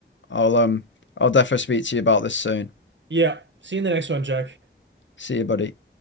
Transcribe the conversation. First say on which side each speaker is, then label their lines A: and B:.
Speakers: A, on the left; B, on the right.
A: I'll um, I'll definitely speak to you about this soon.
B: Yeah. See you in the next one, Jack.
A: See you, buddy.